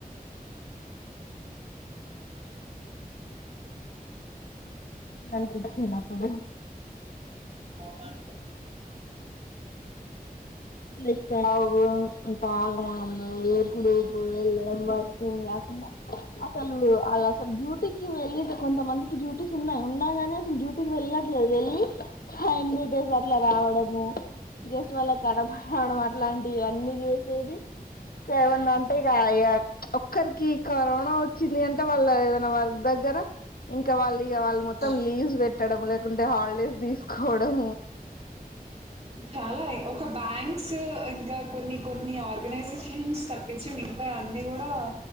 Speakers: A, on the left; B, on the right.
A: అన్నపూపు ఇప్పుడు
B: అ అన్ బె
A: ఇష్టంతగ్మారు కుడు గో <unintelligible> ఏదైనా మార్పుందా కుండా అసలు అ అసలు డ్యూటీకి వెళ్ళేది కొంత మందికి డ్యూటీ ఉన్నాయి ఉన్నాయిగాని అసలు డ్యూటీకి వెళ్ళట్లేదు ఎళ్ళి ఆన్ని డేస్ అట్లా రావడము జస్ట్ వాళ్ళ కడప్ రావడం అట్లాంటివి ఇవన్నీ జేసేది ఏమన్నా అంటే గయా ఒక్కరికి కరోనా ఒచ్చింది అంటే వాళ్ళ ఏదైనా వర్క్ దగ్గర ఇంకా వాళ్ళ ఈగ వాళ్ళు
B: ఇంకా
A: మొత్తం లీవ్స్ పెట్టడం లే ఎక్కడుంటే ఉంటే హాలిడేస్ తీస్కోడం
B: చాలా ఒక బ్యాంక్స్ ఇంకా కొన్ని కొన్ని ఆర్గనైషేన్స్ తప్పించి మిగ్తా అన్ని గుడా